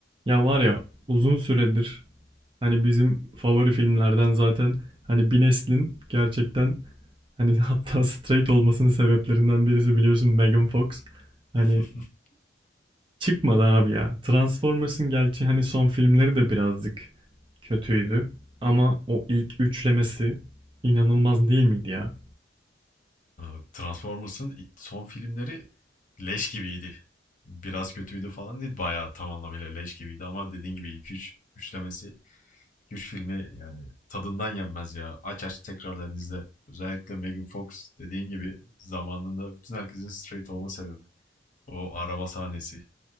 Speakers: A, on the right; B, on the left.
A: Ya var ya uzun süredir hani bizim favori filmlerden zaten hani bir neslin gerçekten hani <laughs> hatta straight olmasının sebeplerinden birisi biliyorsun Megan Fox. Hani
B: <laughs>
A: çıkmadı abi ya. Transformers'ın gerçi hani son filmleri de birazcık kötüydü. Ama o ilk üçlemesi inanılmaz değil miydi ya?
B: Abi, Transformers'ın son filmleri leş gibiydi. Biraz kötüydü falan değil. Bayağı tam anlamıyla leş gibiydi ama dediğin gibi ilk üç, üçlemesi, üç filmi yani tadından yenmez ya. Aç aç tekrardan izle. Özellikle Megan Fox dediğin gibi zamanında bütün herkesin straight olma sebebi. O araba sahnesi.